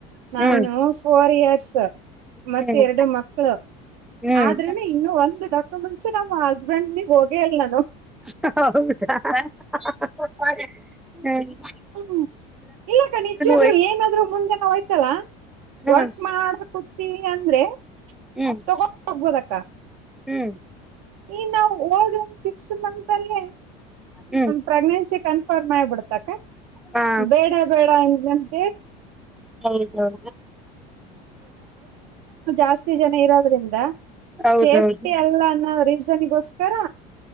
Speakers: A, on the right; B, in the centre.
A: ನಾನು
B: ಹ್ಮ್
A: ಫೋರ್ ಇಯರ್ಸ್ ಮತ್ತ
B: ಹ್ಮ್
A: ಎರಡು ಮಕ್ಕಳು
B: ಹ್ಮ್
A: ಆದ್ರೂನು ಇನ್ನು ಒಂದುಡಕ್ ಮುಂಚೆ ನಮ್ಮ್ ಹಸ್ಬೆಂಡ್ ನಿಗ್ ಹೋಗೇ ಹೇಳ ನಾನು
B: ಹೌ ಹ ಹ್ಮ
A: ಹ್ಮ್ ಇಲ್ಲಕ್ಕ ನಿಜವಾಗ್ಲು
B: ಒಯ್
A: ಏನಾದ್ರು ಮುಂದೆನ ಹೋಯ್ತಲ್ಲ
B: ಹ್ಮ್
A: ವರ್ಕ್ ಮಾಡ ಕೂತಿೀವಿ ಅಂದ್ರೆ
B: ಹ್ಮ್
A: ತ ಕಬ ತಾ
B: ಹ್ಮ್
A: ಈ ನಾ ನಾವ್ ಸುಮಂತಲ್ಲ
B: ಹ್ಮ್
A: ಪ್ರೆಗ್ನೆನ್ಸಿ ಕನ್ಫರ್ಮ್ ಆಬಿಡ್ತ
B: ಹಾ
A: ಬೇಡ ಬೇಡಂತಿ
B: ಹೌದೌದು
A: ಹಾಸ್ತಿ ಜನ ಇರೋದ್ರಿಂದ
B: ಹೌದೌದು
A: ಸೇಫ್ಟಿ ಅಲ್ಲನ ಬೇಸಷ್ಟ ರ